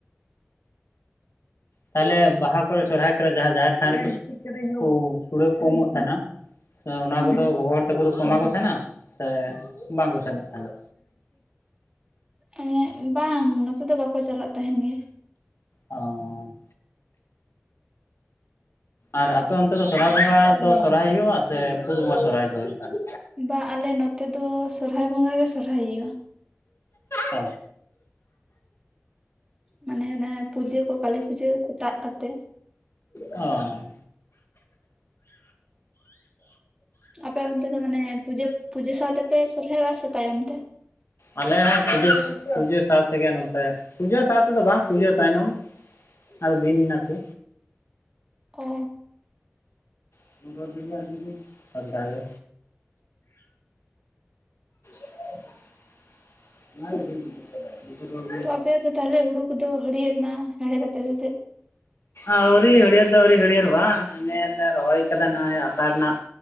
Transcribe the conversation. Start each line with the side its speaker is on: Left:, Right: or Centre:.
Left: ᱛᱟᱦᱚᱞᱮ ᱵᱟᱦᱟ ᱠᱚᱨᱮ ᱥᱚᱨᱦᱟᱭ ᱠᱚᱨᱮ ᱡᱟᱦᱟᱸ ᱡᱟᱦᱮᱨ ᱛᱷᱟᱱ ᱨᱮᱠᱚ ᱥᱩᱲᱮ ᱠᱚ ᱮᱢᱚᱜ ᱛᱟᱦᱮᱱᱟ᱾ ᱥᱮ ᱚᱱᱟ
Right: ᱦᱩᱸ
Left: ᱠᱚᱫᱚ ᱜᱚᱜᱚ ᱦᱚᱲ ᱫᱚ ᱠᱚᱫᱚ ᱮᱢᱟ ᱠᱚ ᱛᱟᱦᱮᱱᱟ ᱥᱮ ᱵᱟᱝᱠᱚ ᱥᱮᱱᱚᱜ ᱛᱟᱦᱮᱱᱟ?
Right: ᱮᱸᱜ ᱵᱟᱝ ᱱᱚᱛᱮ ᱫᱚ ᱵᱟᱠᱚ ᱪᱟᱞᱟᱜ ᱛᱟᱦᱮᱱ ᱜᱮ᱾
Left: ᱚ᱾ ᱟᱨ ᱟᱯᱮ ᱚᱱᱛᱮ ᱫᱚ ᱥᱚᱨᱦᱟᱭ ᱵᱚᱸᱜᱟ ᱫᱚ ᱥᱚᱨᱦᱟᱭ ᱦᱩᱭᱩᱜ-ᱟ ᱥᱮ ᱯᱩᱥ ᱵᱚᱸᱜᱟ ᱥᱚᱨᱦᱟᱭ ᱫᱚ ᱦᱩᱭᱩᱜ ᱠᱟᱱ?
Right: ᱵᱟ ᱟᱞᱮ ᱱᱚᱛᱮ ᱫᱚ ᱥᱚᱨᱦᱟᱭ ᱵᱚᱸᱜᱟ ᱜᱮ ᱥᱚᱨᱦᱟᱭ ᱦᱩᱭᱩᱜ-ᱟ᱾
Left: ᱚ᱾
Right: ᱢᱟᱱᱮ ᱚᱱᱮ ᱯᱩᱡᱟᱹ ᱠᱚ ᱠᱟᱹᱞᱤ ᱯᱩᱡᱟᱹ ᱠᱚ ᱛᱟᱜ ᱠᱟᱛᱮ᱾
Left: ᱚ᱾
Right: ᱟᱯᱮ ᱚᱱᱛᱮ ᱫᱚ ᱢᱟᱱᱮ ᱯᱩᱡᱟᱹ ᱯᱩᱡᱟᱹ ᱥᱟᱶᱛᱮᱯᱮ ᱥᱚᱨᱦᱟᱭᱚᱜ-ᱟ ᱥᱮ ᱛᱟᱭᱚᱢ ᱛᱮ?
Left: ᱟᱞᱮ ᱦᱚᱸ ᱯᱩᱡᱟᱹᱥ ᱯᱩᱡᱟᱹ ᱥᱟᱶ ᱛᱮᱜᱛᱮ ᱜᱮ ᱱᱟᱱᱛᱮ ᱯᱩᱡᱟᱹ ᱥᱟᱶᱛᱮ ᱫᱚ ᱵᱟᱝ ᱯᱩᱡᱟᱹ ᱛᱟᱭᱟᱭᱱᱚᱢ᱾ ᱟᱨ ᱫᱤᱱ ᱱᱟᱠᱩ᱾
Right: ᱚ᱾
Left: <unintelligible> ᱚᱱᱠᱟ ᱜᱮ᱾ <inaudible> ᱚᱱᱟᱜᱮ ᱵᱟᱵᱤᱱ ᱵᱩᱡᱷᱮᱫ᱾ ᱵᱮᱥᱤᱨᱵᱷᱟᱜ ᱜᱮ
Right: ᱛᱚ ᱟᱯᱮᱭᱟᱜ ᱫᱚ ᱛᱟᱦᱚᱞᱮ ᱦᱩᱲᱩ ᱠᱚᱫᱚ ᱦᱟᱹᱨᱭᱟᱹᱲ ᱮᱱᱟ ᱦᱮᱲᱮᱫ ᱠᱟᱛᱮᱫ, ᱥᱮ ᱪᱮᱫ?
Left: ᱟᱹᱣᱨᱤ ᱦᱟᱹᱲᱭᱟᱹᱨ ᱫᱚ ᱟᱹᱣᱨᱤ ᱦᱟᱹᱲᱭᱟᱹᱨ-ᱟ᱾ ᱚᱱᱮᱞ ᱞᱮ ᱨᱚᱦᱚᱭ ᱟᱠᱟᱫᱟ ᱱᱚᱜᱼᱚᱭ ᱟᱥᱟᱲ ᱨᱮᱱᱟᱜ